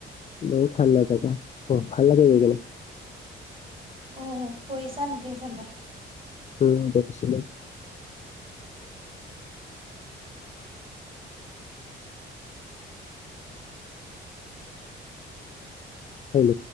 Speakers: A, on the left (about 35°); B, on the right (about 30°).
A: বহুত ঠাণ্ডা জেগা অ ভাল লাগে গৈ কিন।
B: অ গৈছা নেকি হেফলে?
A: উম ঘৈছিলো। হেল্ল'